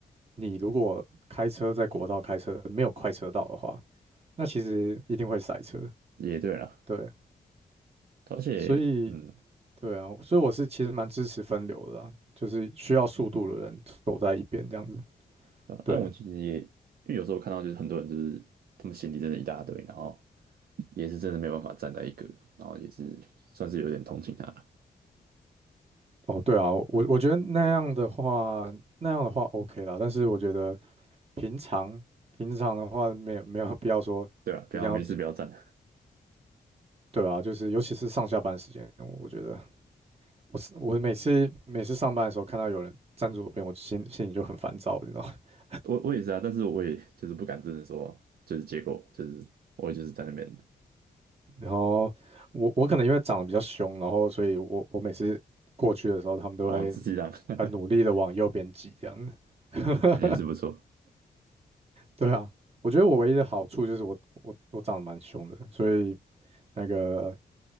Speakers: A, on the right; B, on the right.
A: 你如果开车在国道开车没有快车道的话，那其实一定会塞车，
B: 也对啦，
A: 对，
B: 而且嗯，
A: 所以对啊，所以我是其实蛮支持分流的啦，就是需要速度的人走在一边这样子，
B: 对吧？
A: 对。
B: 但我其实也，因为有时候看到就是很多人就是他们行李真的一大堆，然后也是真的没有办法站在一个，然后也是算是有点同情他了
A: 哦，对啊，我我觉得那样的话，那样的话 OK 啦。但是我觉得平常平常的话，没有没有必要说一定要做
B: 对啊，不要没事不要站。
A: 对啊，就是尤其是上下班时间，我觉得我是我每次每次上班的时候看到有人站左边，我就心心里就很烦躁，你知道吗 <laughs>
B: 我我也是啊，但是我也就是不敢真的说就是结果就是我也就是在那边。
A: 然后我我可能因为长得比较凶，然后所以我我每次过去的时候，他们都会
B: 哦，自己让 <laughs>
A: 很努力的往右边挤这样子。<laughs>
B: 那也是不错
A: 对啊，我觉得我唯一的好处就是我我我长得蛮凶的，所以那个